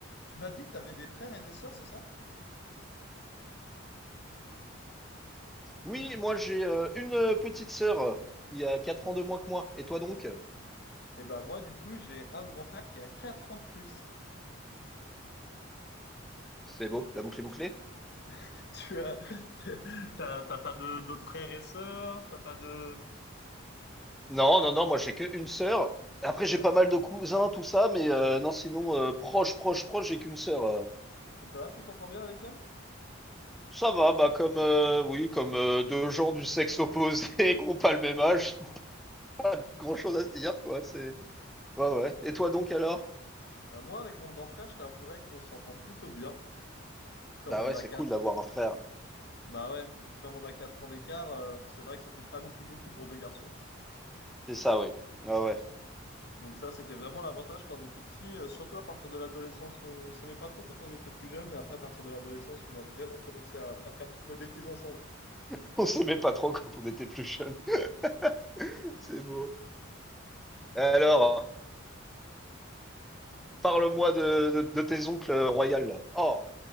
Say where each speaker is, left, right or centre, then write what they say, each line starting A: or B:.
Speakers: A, on the left; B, in the centre.
A: Tu m'as dit que tu avais des frères et des sœurs, c'est ça?
B: Oui, moi j'ai euh, une euh, petite sœur euh, qui a 4 ans de moins que moi. Et toi donc?
A: Eh ben moi, du coup, j'ai un grand frère qui a quatre ans de plus.
B: C'est beau, la boucle est bouclée?
A: <laughs> Tu as, t'es- t'as, t'as pas de, d'autres frères et sœurs? T'as pas de...
B: Non, non, non, moi j'ai que une sœur. Après
A: Ouais.
B: j'ai pas mal de cousins, tout ça, mais euh, non, sinon euh, proche, proche, proche, j'ai qu'une sœur. euh.
A: Et ça va, tu t'entends bien avec elle?
B: Ça va, bah comme euh, oui, comme euh, deux gens du sexe opposé <laughs> qui ont pas le même âge, <laughs> pas grand-chose à se dire quoi. C'est ouais, ouais. Et toi donc alors?
A: Euh, moi, avec mon grand frère, je t'avouerais qu'on s'entend plutôt bien, comme
B: Bah
A: on
B: ouais,
A: a
B: c'est
A: 4.
B: cool d'avoir un frère.
A: Bah ouais, et puis comme on a 4 ans d'écart, euh, c'est vrai que ça fait pas non plus beaucoup pour deux garçons.
B: C'est ça, oui. Ouais, ouais.
A: Donc ça, c'était vraiment l'avantage quand on était petit, euh, surtout à partir de l'adolescence. On s'aimait pas trop quand on était plus jeune, mais après, à partir de l'adolescence, on a vraiment commencé à à faire toutes nos bêtises ensemble.
B: <laughs> On s'aimait pas trop quand on était plus jeune. <laughs> C'est beau. Alors. Parle-moi de, de- de tes oncles euh, royales, là. Oh,